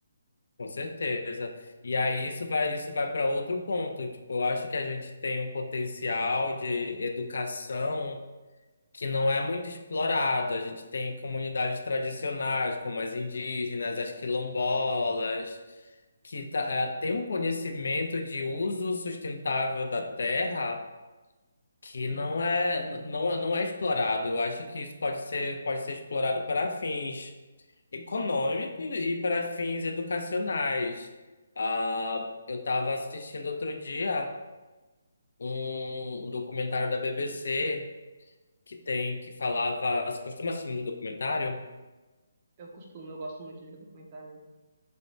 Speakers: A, on the left (about 75°); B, on the right (about 30°).
A: com certeza. E aí isso vai, isso vai para outro ponto. Tipo, eu acho que a gente tem um potencial de educação. que não é muito explorado. A gente tem comunidades tradicionais, como as indígenas, as quilombolas, que tá- eh, tem um conhecimento de uso sustentável da terra que não é, n- não, é- não é explorado. Eu acho que isso pode ser, pode ser explorado para fins econômicos e para fins educacionais. Ah, eu estava assistindo outro dia um um documentário da BBC que tem que falava. Você costuma assistir muito documentário?
B: Eu costumo, eu gosto muito de documentário.